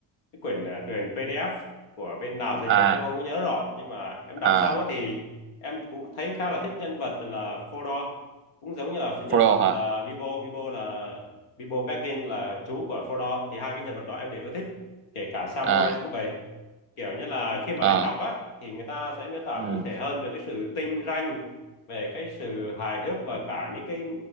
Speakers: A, on the left; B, on the right.
A: cái quyển à, truyền PDF của bên nào dịch
B: à
A: chứ em không có nhớ rõ nhưng mà em đọc
B: à
A: xong á thì em cũng thấy khá là thích nhân vật là Frodor cũng giống như là phần
B: Frodo
A: nhân vật
B: hả
A: là Bilbo Bilbo là Bilbo Baggins là chú của Frodo thì hai cái nhân vật đó em đều yêu thích kể cả Samwise
B: à
A: cũng vậy kiểu như là khi mà
B: à
A: anh đọc á thì người ta sẽ miêu tả
B: ừ,
A: cụ thể hơn về cái sự tinh ranh về cái sự hài hước và cả những cái